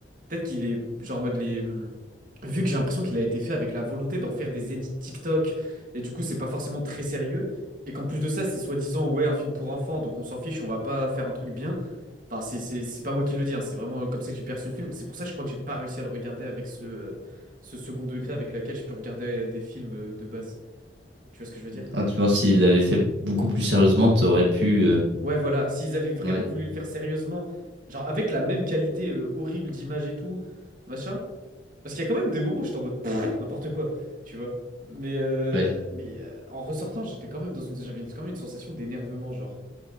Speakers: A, on the right (about 45°); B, on the right (about 75°).
A: peut-être qu'il est genre en mode les. hmm, vu que j'ai l'impression qu'il a été fait avec la volonté d'en faire des edits TikTok, et du coup, c'est pas forcément très sérieux, et qu'en plus de ça, c'est soi-disant, ouais, un film pour enfants, donc on s'en fiche, on va pas faire un truc bien. Enfin, c'est c'est- c'est pas moi qui le dis, hein, c'est vraiment comme ça que j'ai perçu le film. C'est pour ça que je crois que j'ai pas réussi à le regarder avec ce, euh, ce second degré avec laquelle je peux regarder euh, des films euh, de base. Tu vois ce que je veux dire?
B: Ah, tu vois, s'il l'avait fait beaucoup plus sérieusement, t'aurais pu. euh,
A: Ouais, voilà, s'ils avaient vraiment
B: Ouais,
A: voulu le faire sérieusement, genre avec la même qualité euh, horrible d'image et tout, machin. Parce qu'il y a quand même des moments où j'étais en mode pff, n'importe quoi, tu vois. Mais, euh,
B: ouais,
A: mais euh, en ressortant, j'étais quand même dans une, j'avais une- quand même une sensation d'énervement, genre.